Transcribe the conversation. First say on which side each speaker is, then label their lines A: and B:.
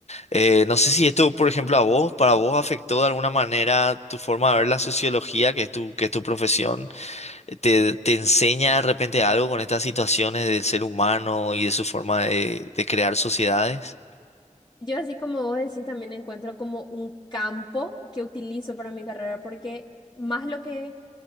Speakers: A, on the left (about 55°); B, on the left (about 35°).
A: Eh, no sé si esto, por ejemplo, a vos, para vos afectó de alguna manera tu forma de ver la sociología, que es tu, que es tu profesión, Eh, te, te enseña de repente algo con estas situaciones del ser humano y de su forma de, de crear sociedades.
B: Yo así como vos decís, también encuentro como un campo que utilizo para mi carrera, porque más lo que